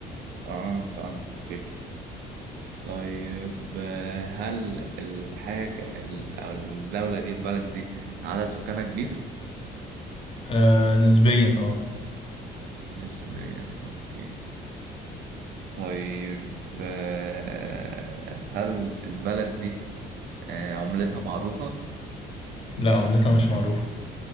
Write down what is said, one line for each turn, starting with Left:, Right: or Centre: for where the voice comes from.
Right: آه فاهم أوكي. طيب آه، هل الحاجة ال- أو الدولة دي البلد دي عدد سكانها كبير؟
Left: آه نسبيا اه
Right: نسبيا أوكي طيب آه، هل البلد دي آه، عملتها معروفة؟
Left: لا عملتها مش معروفة